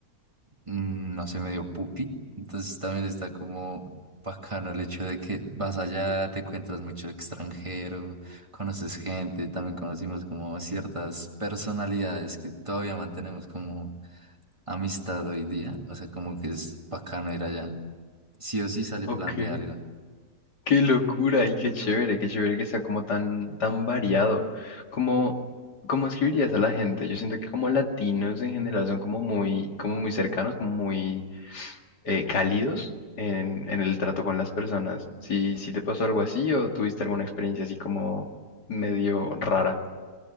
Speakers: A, on the right (about 20°); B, on the left (about 85°).
A: mm, no sé, medio pupi. Entonces también está como bacano el hecho de que vas allá, te encuentras mucho extranjero, conoces gente, también conocimos como ciertas personalidades que todavía mantenemos como amistad hoy día. O sea, como que es bacano ir allá. Sí o sí sale
B: Ok.
A: plan de algo.
B: Qué locura y qué chévere, qué chévere que sea como tan, tan variado. ¿Cómo, cómo escribirías a la gente? Yo siento que como latinos en general son como muy, como muy cercanos, como muy eh, cálidos en, en el trato con las personas. Si, si te pasó algo así o tuviste alguna experiencia así como medio rara.